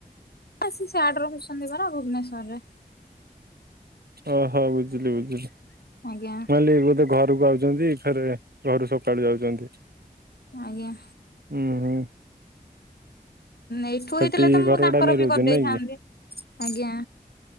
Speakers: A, on the left (about 90°); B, on the right (about 80°).
A: ଆ ସିଆଡେ ରହୁଛନ୍ତି ପରା ଭୁବନେଶ୍ୱରରେ
B: ଓହୋ ବୁଝିଲି ବୁଝିଲି।
A: ଆଜ୍ଞା।
B: ମୁଁ ଭାବିଲି ବୋଧେ ଘରକୁ ଆଉଛନ୍ତି ଫେର ଘରୁ ସକାଳୁ ଯାଉଛନ୍ତି।
A: ଆଜ୍ଞା।
B: ହୁଁ।
A: ଏଇଠୁ
B: ସେଠି
A: ହେଇଥିଲେ ତ ମୁଁ
B: ଘର
A: ତାଙ୍କର
B: ଭଡା ନେଇ
A: ବି
B: ରହୁଛନ୍ତି
A: କରି ଦେଇଥାନ୍ତି।
B: ନାଇଁ କି?
A: ଆଜ୍ଞା